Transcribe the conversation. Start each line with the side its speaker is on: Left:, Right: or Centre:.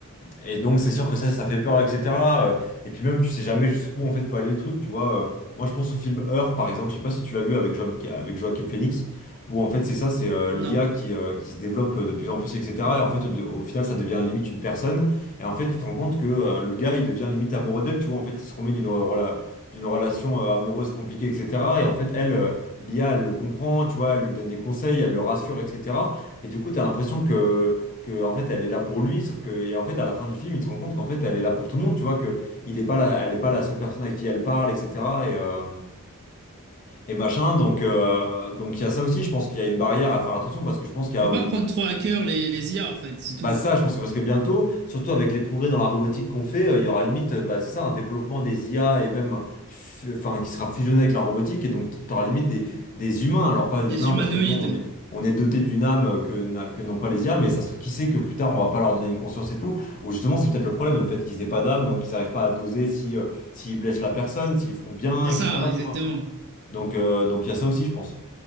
Left: et donc, c'est sûr que ça, ça fait peur, etc. Euh, Et puis même, tu sais jamais jusqu'où, en fait, peut aller le truc, tu vois. Euh, Moi, je pense au film Her, par exemple, je sais pas si tu l'as vu avec, Joam- avec Joaquin Phoenix, où, en fait, c'est ça, c'est euh,
Right: Non.
Left: l'IA qui, euh, qui se développe de plus en plus, etc. Et en fait, de- au final, ça devient limite une personne. Et en fait, tu te rends compte que euh, le gars, il devient limite amoureux d'elle, tu vois. En fait, il se remet d'une euh, rela- d'une relation euh, amoureuse compliquée, etc. Et en fait, elle, euh, l'IA, elle le comprend, tu vois, elle lui donne des conseils, elle le rassure, etc. Et du coup, tu as l'impression que que en fait elle est là pour lui sauf que et en fait à la fin du film il se rend compte qu'en fait elle est là pour tout le monde tu vois que il est pas la- elle est pas la seule personne à qui elle parle etc et euh, et machin donc euh, donc il y a ça aussi je pense qu'il y a une barrière à faire attention parce que je pense qu'il y a
Right: Faut pas prendre trop à cœur les, les IA, en fait, c'est tout.
Left: bah ça, je pense que parce que bientôt, surtout avec les progrès dans la robotique qu'on fait, euh, il y aura limite, euh, bah, c'est ça, un développement des IA et même, fu- enfin, qui sera fusionné avec la robotique et donc tu auras limite des, des humains. Alors pas des
Right: Les
Left: humains
Right: humanoïdes.
Left: parce que nous, on est, on est doté d'une âme euh, que, n'a- que n'ont pas les IA, mais ça se trouve, qui sait que plus tard, on va pas leur donner une conscience et tout. Ou justement, c'est peut-être le problème, le fait qu'ils aient pas d'âme, donc ils n'arrivent pas à doser si, euh, s'ils blessent la personne, s'ils font bien,
Right: C'est
Left: etc.
Right: ça, exactement.
Left: Tu vois. Donc, euh, donc il y a ça aussi, je pense.